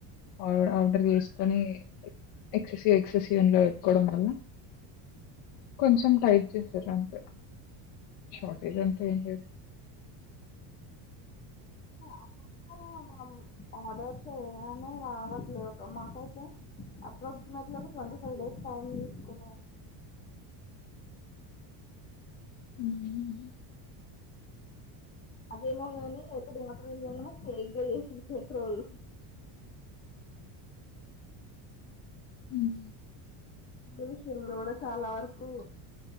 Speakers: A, on the left; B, on the left.
A: ఆర్ ఆర్డర్ చేసుకని ఎక్ ససి ఎక్ ససి యన్ పెట్టుకోవడం వల్ల కొంచెం టైట్ చేసారు అంతే షార్టేజ్ అంటే ఏం లేదు
B: ఆ <unintelligible> మనం ఆర్డర్స్ చేయగానే రావట్లేదు ఒక మాకైతే అప్రాక్సిమేట్లీ ఒక ట్వంటీ ఫైవ్ డేస్ టైం తీసుకున్నారు
A: ఉహ్మ్మ్
B: అదేమో కానీ ఒకటి మాటన్నాడ <unintelligible> ఫేక్ చేసిర్రు పెట్రోలు
A: హ్మ్
B: న్యూస్ చూడడమ్ వాళ్ళ చాలా వరకు